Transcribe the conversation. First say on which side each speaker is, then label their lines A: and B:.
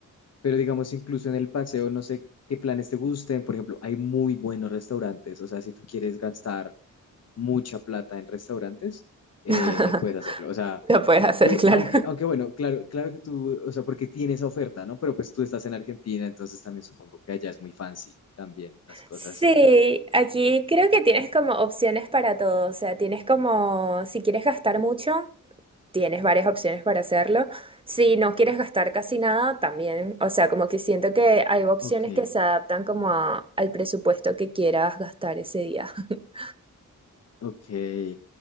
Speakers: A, on the left; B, on the right.
A: pero digamos, incluso en el paseo, no sé qué planes te gusten. Por ejemplo, hay muy buenos restaurantes. O sea, si tú quieres gastar mucha plata en restaurantes, eh,
B: <laughs>
A: puedes hacerlo. O sea,
B: lo puedes hacer,
A: pues,
B: claro.
A: aunque, aunque bueno, claro, claro que tú, o sea, porque tienes esa oferta, ¿no? Pero pues tú estás en Argentina, entonces también supongo que allá es muy fancy también las cosas.
B: Sí, aquí creo que tienes como opciones para todo, o sea, tienes como, si quieres gastar mucho, tienes varias opciones para hacerlo, si no quieres gastar casi nada, también, o sea, como que siento que hay opciones
A: Ok.
B: que se adaptan como a- al presupuesto que quieras gastar ese día. <laughs>
A: Ok, eh,